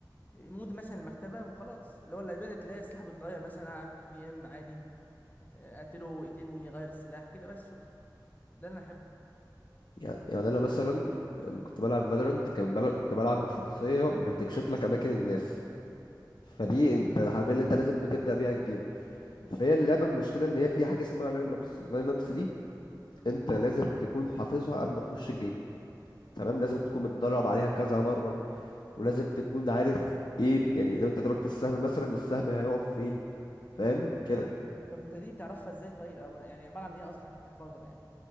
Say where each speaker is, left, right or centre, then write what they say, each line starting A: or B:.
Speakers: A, on the left; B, on the left.
A: مود مثلا المكتبه وخلاص اللي هو اللايبرري تلاقي السلاح بيتغير مثلا على دي دي ام عادي اقتله يقتلني غير السلاح كده بس شكرا ده اللي انا احبه
B: يعني يعني انا مثلا لما كنت بلعب فالورنت كان بل... كنت بلعب بشخصية بتكشف لك اماكن الناس فدي انت
A: امم
B: عارفين اللي انت لازم بتبدأ بيها الجيم فهي اللعبة المشكلة ان هي فيها حاجة اسمها لاين ابس اللاين ابس دي انت لازم تكون حافظها قبل ما تخش الجيم تمام لازم تكون متدرب عليها كذا مرة ولازم تكون عارف ايه ب- يعني لو انت ضربت السهم مثلا السهم هيقف فين فاهم كده
A: طب انت دي بتعرفها ازاي طيب او يعني عباره عن ايه اصلا عشان تحفظها يعني